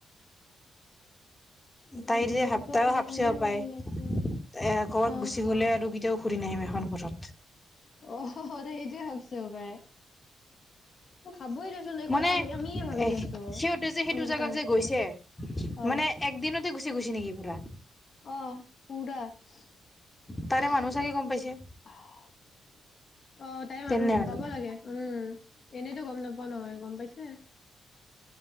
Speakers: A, on the left; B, on the left.
A: উম
B: তাইৰ যে
A: মোকতো
B: সাপ্তাহ
A: তাইৰ
B: ভাবচে
A: কাৰণে
B: সপায়।
A: ভাল
B: এ
A: লাগিছে
B: ক'বাত
A: হা
B: গুচি গ'লে আৰু কেতিয়াও ঘূৰি নাহিম এখন ঘৰত।
A: <unintelligible> সদায় সেইটোৱে ভাবিছোঁ সপাই। মই ভাবই দিছ দেখো
B: মানে
A: আমি আমিয়ে ভাবি
B: এ
A: আছো,
B: সিহঁতে যে সেইটো
A: আমি কেইটা
B: জেগাত
A: নুঠো।
B: যে গৈছে
A: অ।
B: মানে একদিনতে গুচি গৈছে নেকি পুৰা?
A: অহ পুৰা উহ
B: তাৰে মানুহ চাগে গম পাইছে
A: আহ। অ তাইৰ
B: তেনে
A: মানুহ গম
B: আৰু
A: পাব লাগে, উম এনেতো গম নাপোৱা নহয় গম পাইছে।